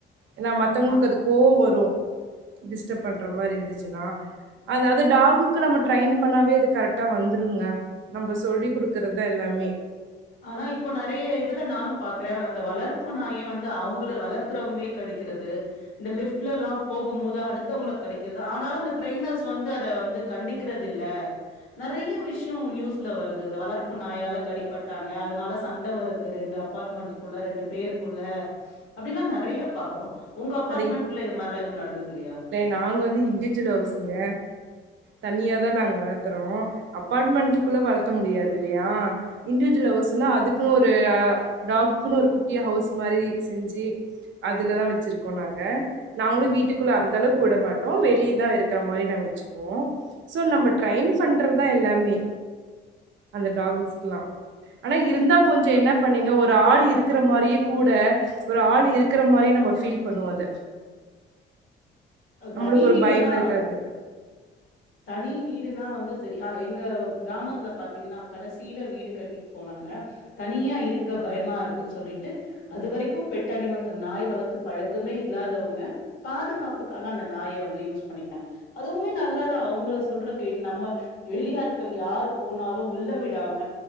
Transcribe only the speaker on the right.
ஏனா மத்தவங்களுக்கு
அது கோவ வரு டிஸ்டப் பண்ற மாரி இருந்துச்சின்னா அதாவது டாகுக்கு நம்ம ட்ரெயின் பண்ணாவே அது கரெக்டா வந்துடுங்க நம்ப சொல்லி குடுக் கறத எல்லாமே
அது
நாங்க வந்து இன்டி ஜுல் ஹவுசுங்க தனியா தா நாங் வளத்துறோ அப்பாட் மெண்ட்க்குள்ள வளத்த முடியாது இல்லையா இண்டிவிஜுவல் ஹவுஸ்ன்னா அதுக்குன் ஒரு அ டாகுக்குன் ஒரு குட்டியா ஹவுஸ் மாதிரி செஞ்சி அதுலதா வச்சிருக்கோ நாங்க நாங்களு வீட்டுக்குள்ள அந்த அளவுக் வுட மாட்டோ வெளிய தா இருக்கற மாரி நாங்க வச்சுக்குவோ சோ நம்ம ட்ரைன் பண்றதா எல்லாமே அந்த டாகுஸ்க்லா ஆனா இருந்தா கொஞ்ச என்னா பண்ணீங்க ஒரு ஆள் இருக்கற மாரியே கூட ஒரு ஆள் இருக்கற மாரியே நம்ம ஃபீல் பண்ணுவோ அத நம்மளுக்கு
ஒரு
பயமா இருக்காது